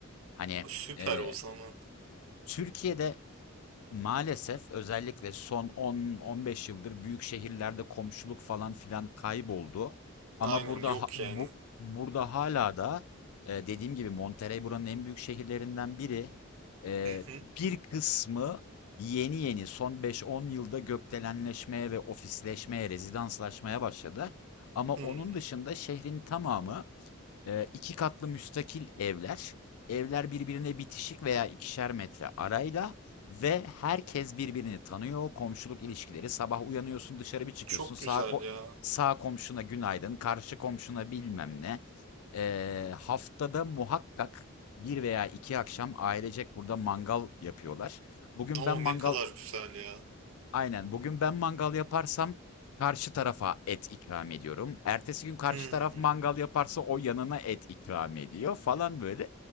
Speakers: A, on the left; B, on the right.
A: Hani
B: Süper
A: eee
B: o zaman.
A: Türkiye'de maalesef özellikle son 10-15 yıldır büyük şehirlerde komşuluk falan filan kayboldu. Ama
B: Aynen
A: burada
B: yok
A: ha- bu,
B: yani.
A: burada hala da e, dediğim gibi Monterrey buranın en büyük şehirlerinden biri. E,
B: Hı hı.
A: bir kısmı yeni yeni son 5-10 yılda gökdelenleşmeye ve ofisleşmeye, rezidanslaşmaya başladı. Ama onun
B: Hımm.
A: dışında şehrin tamamı ee, iki katlı müstakil evler. Evler birbirine bitişik veya ikişer metre arayla ve herkes birbirini tanıyor. Komşuluk ilişkileri. Sabah uyanıyorsun, dışarı bir çıkıyorsun.
B: Çok
A: Sağ
B: güzel
A: ko-
B: ya.
A: sağ komşuna günaydın, karşı komşuna bilmem ne. Ee, haftada muhakkak bir veya iki akşam ailecek burada mangal yapıyorlar. Bugün
B: O,
A: ben mangal
B: ne kadar güzel ya.
A: Aynen. Bugün ben mangal yaparsam karşı tarafa et ikram ediyorum. Ertesi gün karşı
B: Hımm.
A: taraf mangal yaparsa o yanına et ikram ediyor falan böyle.